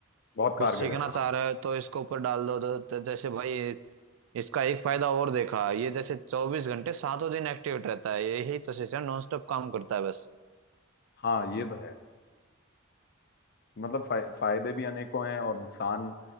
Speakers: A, on the left (about 50°); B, on the right (about 80°).
A: बहुत
B: कुछ
A: कारगर
B: सीखना
A: है हाँ
B: चाह रहे हो तो इसके ऊपर डाल दो तो, तो जैसे भाई इसका एक फायदा और देखा ये जैसे चौबीस घंटे सातों दिन एक्टिव रहता है यही तो सिस्टम नॉन स्टॉप काम करता है बस
A: हाँ ये तो है मतलब फाय- फायदे भी अनेकों हैं और नुकसान